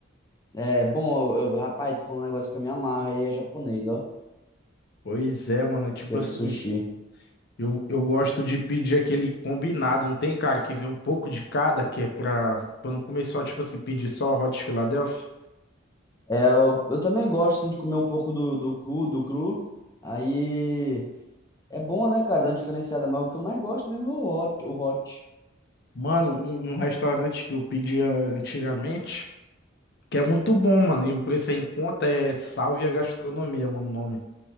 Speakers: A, on the left; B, on the left.
A: É bom, eu- eu- rapaz, tu falou um negócio que eu me amarro aí, é japonês, ó.
B: Pois é, mano. é Tipo
A: Aquele
B: assim,
A: sushi.
B: eu, eu gosto de pedir aquele combinado, não tem, cara, que vem um pouco de cada, que é pra, pra não comer só, tipo assim, pedir só Hot Philadelphia.
A: É, eu, eu também gosto assim, de comer um pouco do, do cru, do cru. Aí é bom, né, cara? Dá uma diferenciada, mas o que eu mais gosto mesmo é o hot, o hot.
B: Mano, um, um restaurante que eu pedia antigamente. Que é muito bom, mano. E o preço é em conta, é Salve a Gastronomia, mano, o nome.